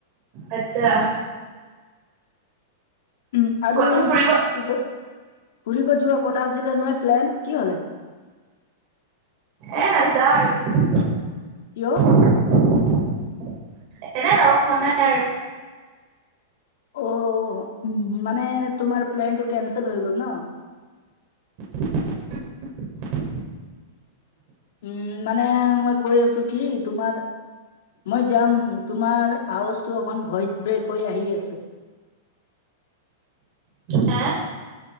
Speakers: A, on the right; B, on the left.
A: আচ্ছা।
B: উম, আৰু
A: ক'তো
B: কি
A: ফুৰিব
B: কয়, ফুৰিব যোৱা কথা আছিলে নহয় প্লেন কি হলে?
A: এ, নাযাওঁ আৰু।
B: কিয়?
A: <unintelligible> এনে যাব মন নাই। আৰু
B: অ' উম, মানে তোমাৰ প্লেনটো কেনচেল হৈ গ'ল ন?
A: <inaudible>
B: উম, মানে মই কৈ আছোঁ কি, তোমাৰ মই যাম, তোমাৰ আৱজটো অকণ ভইচ ব্ৰেক হৈ আহি আছে।
A: এ।